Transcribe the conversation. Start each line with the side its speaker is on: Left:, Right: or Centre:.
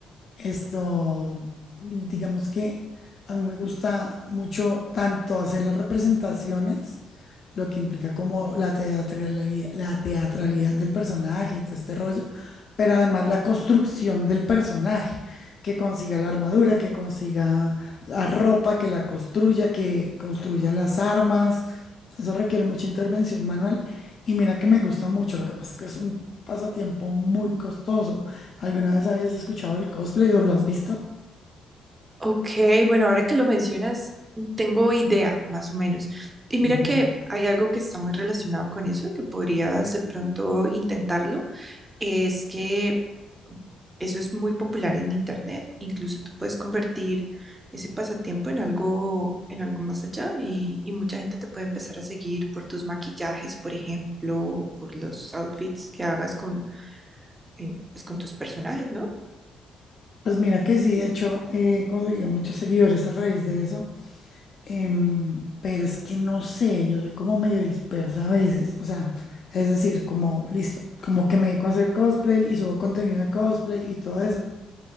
Left: Esto, digamos que a mí me gusta mucho tanto hacer las representaciones, lo que implica como la teatralidad, la teatralidad del personaje y todo este rollo, pero además la construcción del personaje, que consiga la armadura, que consiga la ropa, que la construya, que construya las armas. Eso requiere mucha intervención manual y mira que me gusta mucho, lo que pasa es que es un pasatiempo muy costoso. ¿Alguna vez habías escuchado el cosplay o lo has visto?
Right: Ok, bueno, ahora que lo mencionas, tengo idea, más o menos. Y mira
Left: Ujú.
Right: que hay algo que está muy relacionado con eso, que podrías de pronto intentarlo, es que eso es muy popular en internet. Incluso tú puedes convertir ese pasatiempo en algo, en algo más allá y, y mucha gente te puede empezar a seguir por tus maquillajes, por ejemplo, o por los outfits que hagas con, eh, pues, con tus personajes, ¿no?
Left: Pues mira que sí, de hecho, he conseguido muchos seguidores a raíz de eso, em, pero es que no sé, yo soy como medio dispersa a veces, o sea, es decir, como listo, como que me dedico a hacer cosplay y subo contenido de cosplay y todo eso,